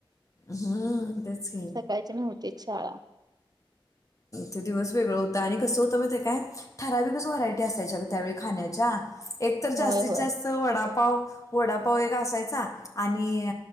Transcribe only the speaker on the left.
म्ह तेच की
ते दिवस वेगळं होत आणि कसं होतं मग काय ठराविकच व्हरायटी असायच्या त्यावेळी खाण्याच्या एक तर जास्तीत
जास्त वडा पाव वडापाव एक असायचा आणि